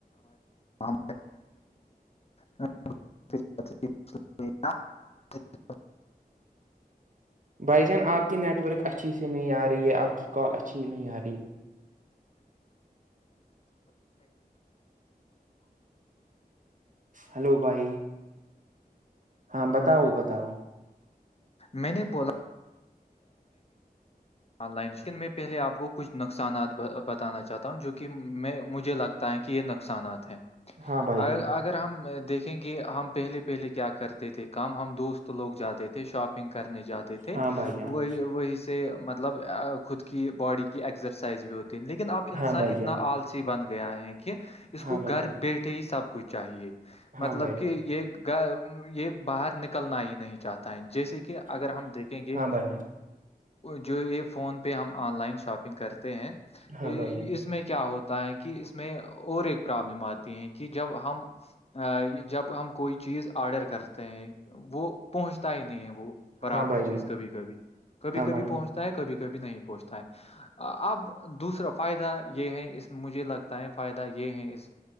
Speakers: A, on the left (about 40°); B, on the right (about 55°).
A: ہم <inaudible>
B: بھائی جان آپ کی نیٹ ورک اچھی سے نہیں آ رہی ہے آپ کی کال اچھی نہیں آ رہی ہے ہلو بھائی ہاں بتاؤ بتاؤ
A: میں نے بولا آن لائنیکن میں پہلے آپ کو کچھ نقصانات بتانا چاہتا ہوں جو کہ میں مجھے لگتا ت کہ یہ نقصانات ہیں
B: ہاں بھائی
A: اگر
B: جان
A: ہم دیکھیں گے ہم پہلے پہلے کیا کرتے تھے کام ہم دوست لوگ جاتے تھے شاپنگ کرنے جاتے تھے
B: ہاں بھائی جان
A: وہی وہی سے مطلب خود کی باڈی کی ایکسرسائز بھی ہوتی لیکن اب انسان
B: ہاں بھائی
A: اتنا
B: جان
A: آالسی بن گیا ہے کہ اس کو
B: ہاں بھائی
A: گھر
B: جان
A: بیٹھے ہی سب کچھ چاہیے
B: ہاں
A: مطلب
B: بھائی جان
A: کہ یہ یہ باہر نکلنا ہی نہیں چاہتا ہے جیسے کہ اگر ہم دیکھیں
B: ہاں
A: گے
B: بھائی جان
A: جو یہ فون پہ ہم آن لائن شاپنگ کرتے ہیں
B: ہاں بھائی جان
A: اس میں کیا ہوتا کہ اس میں اور ایک پرابلم آتی ہے کہ جب ہم جب ہم کوئی چیز آرڈر کرتے ہیں وہ پہنچتا ہی نہیں ہے وہ برابر
B: ہاں بھائی جان
A: چیز کبھی کبھی کبھی
B: ہاں
A: کبھی
B: بھائی
A: پہنچ
B: جان
A: ہے کبھی کبھی نہیں پہنچتا ہے اب دوسرا فائدہ یہ ہے اس میں مجھے لگتا تیں فائدہ یہ ہے اس